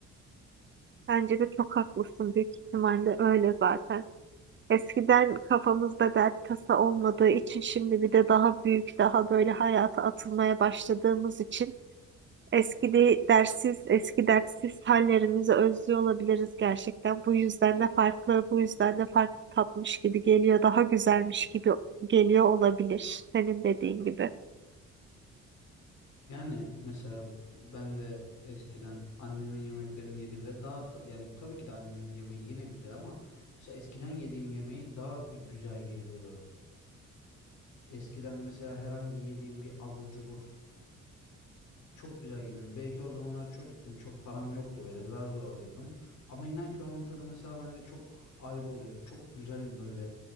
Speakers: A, on the right; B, on the left.
A: Bence de çok haklısın, büyük ihtimalle öyle zaten. Eskiden kafamızda dert tasa olmadığı için şimdi bir de daha büyük, daha böyle hayata atılmaya başladığımız için eski de- dersiz, eski dertsiz hallerimizi özlüyor olabiliriz gerçekten. Bu yüzden de farklı, bu yüzden de farklı tatmış gibi geliyor, daha güzelmiş gibi geliyor olabilir senin dediğin gibi.
B: Yani mesela ben de eskiden annemin yemeklerini yediğimde daha ta- yani tabii ki de annemin yemeği yine güzel ama mesela eskiden yediğim yemeği daha bir güzel geliyordu. Eskiden mesela herhangi yediğim bir abur cubur Çok güzel geliyordu. Belki o zamanlar çocuktum. Çok param yoktu böyle zar zor alıyordum. Ama inan ki onun tadı mesela bende çok ayrı oluyordu. Çok güzel böyle